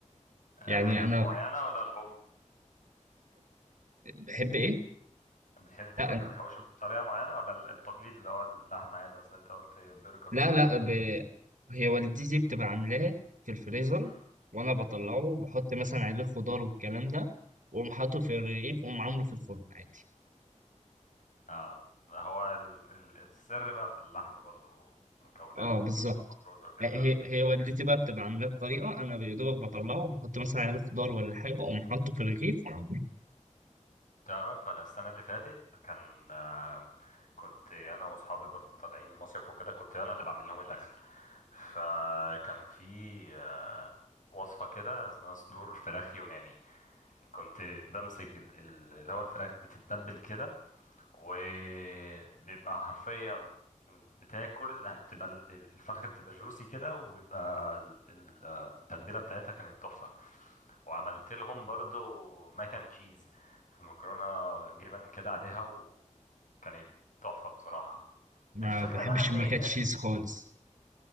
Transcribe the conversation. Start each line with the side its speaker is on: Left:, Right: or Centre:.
Right: يعني
Left: حاجات
Right: انا
Left: معينة ولا لحوم؟
Right: بحب ايه
Left: بتحب تعمل
Right: لا انا
Left: الحواوشي بطريقة معينة ولا التقليد اللي هو اللحمة عادي أصل أنت قلت برجر
Right: لا
Left: وفراخ
Right: لا
Left: وكده؟
Right: ب... هي والدتي بتبقى عاملاه في الفريزر
Left: مم.
Right: وانا بطلعه بحط مثلا عليه خضار والكلام ده واقوم حاطه في الرغيف واقوم عامله في الفرن عادي
Left: اه هو ال- ال- السر بقى في اللحمة برضو مكوناتها
Right: اه بالظبط
Left: وبتبقى مفروزة وكده
Right: هي
Left: آه.
Right: هي والدتي بقى بتبقى عاملاه بطريقه انا يا دوبك بطلعه بحط مثلا عليه خضار ولا حاجه اقوم حاطه في الرغيف وعامله
Left: تعرف انا السنة اللي فاتت كان آه، كنت انا واصحابي برضو طالعين مصيف وكده كنت انا اللي بعمل لهم الاكل فكان في آه، وصفة كده اسمها صدور فراخ يوناني كنت بمسك ال- ال- اللي هو الفراخ بتتبل كده وبيبقى حرفيا بتاكل بتبقى ال- ال- الفرخة بتبقى جوسي كده وبيبقى ال- ال- التتبيلة بتاعتها كانت تحفة وعملت لهم برضو ماكن تشيز في مكرونة جبن كده عليها وكانت تحفة بصراحة
Right: ما
Left: الفكرة
Right: بحبش
Left: بقى ان
Right: الماك
Left: آه،
Right: أند تشيز خالص